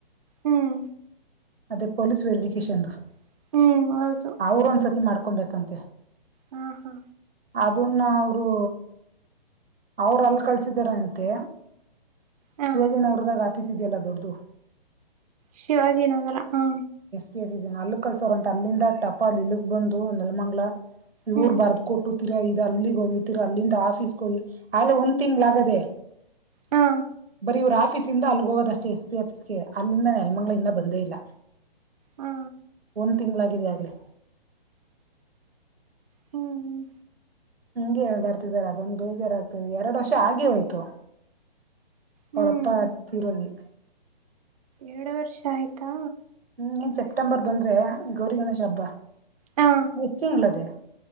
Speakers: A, on the right (about 45°); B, on the right (about 85°).
A: ಹ್ಮ್
B: ಅದೇ ಪೊಲೀಸ್ ವೆರಿಫಿಕೇಷನ್ ದು
A: ಹ್ಮ್ ಹೌದು
B: ಅವರು ಒಂದ್ಸತಿ ಮಾಡ್ಕೊಬೇಕಂತೆ
A: ಹಾ ಹಾ
B: ಅದುನ್ನ ಅವ್ ಹೋ ಅವ್ರ್ ಅಲ್ ಕಳಿಸಿದರಂತೆ
A: ಹ
B: ಶಿವಾಜಿನಗರದಾಗ ಆಫೀಸ್ ಇದಿಯಲ ದೊಡ್ಡದು
A: ಶಿವಾಜಿ ನಗರ ಹಾ
B: ಇದೆ ರೀಸನ್ ಆಲೂಕಲ್ಸವರಂತ್ತೆ ಅಲ್ಲಿಂದ. ಟಪ್ಪ ನಿನಿಗ್ ಬಂದು ನೆಲಮಂಗಲ. ಇವ್ರು
A: ಹ್ಮ್
B: ಬರ್ದ ಕೊಟ್ಟು. ತಿರ್ಗ ಇದು ಅಲ್ಲಿಗೆ ಹೋಗಿ ತಿರ್ಗ ಅಲ್ಲಿಂದ ಆಫೀಸ್ಗೆ ಹೋಗಿ ಆಲೆ ಒಂದ್ ತಿಂಗ್ಳ್ ಆಗದೇ.
A: ಹಾ
B: ಇವ್ರ ಆಫೀಸ್ ಇಂದ ಅಲ್ಲಿಗೆ ಹೋಗೋದಷ್ಟೇ ಎಸ್ ಪಿ ಆಫೀಸ್ಗೆ ಅಲ್ಲಿಂದ ನೆಲ್ಮಂಗ್ಳಿಂದ ಬಂದೇ ಇಲ್ಲ
A: ಹಾ
B: ಒಂದ್ ತಿಂಗಳಾಗಿದೆ ಆಗ್ಲೇ.
A: ಹ್ಮ್
B: ಇಂಗೆ ಎಳ್ದಾಡ್ತಿದಾರೆ ಅದೊಂದು ಬೇಜಾರಾಗ್ತದೆ ಎರಡು ವರ್ಷ ಆಗೆ ಹೋಯ್ತು.
A: ಹ್ಮ್
B: ಅವರ ಅಪ್ಪ ಆ ತಿರೋಗಿ.
A: ಎರಡು ವರ್ಷ ಆಯ್ತಾ
B: ಹ್ಮ್ ನೀನ್ ಸೆಪ್ಟೆಂಬರ್ ಬಂದ್ರೆ ಗೌರಿ ಗಣೇಶ ಹಬ್ಬಾ.
A: ಹಾ
B: ಎಷ್ಟ್ ತಿಂಗ್ಗಳದೇ